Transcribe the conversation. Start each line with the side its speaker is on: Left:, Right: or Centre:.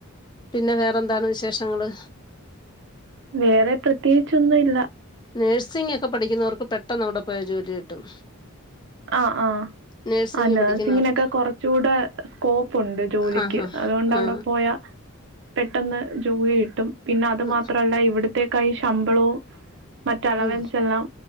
Left: പിന്നെ വേറെ എന്താണ് വിശേഷങ്ങള്?
Right: വേറെ പ്രത്യേകിച്ചൊന്നും ഇല്ല
Left: നേഴ്സിംങ്ങോക്കെ പഠിക്കുന്നോർക്ക് പെട്ടെന്ന് അവിടെ പോയ ജോലി കിട്ടും
Right: ആഹ് ആഹ്
Left: നേഴ്സിംഗ്
Right: ആഹ് നഴ്സിങ്ങിനൊക്കെ
Left: പഠിക്കുന്നവർക്ക്
Right: കൊറച്ചുടെ സ്കോപ്പ് ഉണ്ട് ജോലിക്ക്
Left: ആ ഹാ
Right: അതുകൊണ്ട്
Left: ആ
Right: അവിടെ പോയ പെട്ടെന്ന് ജോലി കിട്ടും പിന്നെ അതു
Left: ആ
Right: മാത്രല്ല ഇവിടത്തേക്കായും ശമ്പളവും മറ്റ് അലവൻസെല്ലാം
Left: ഉം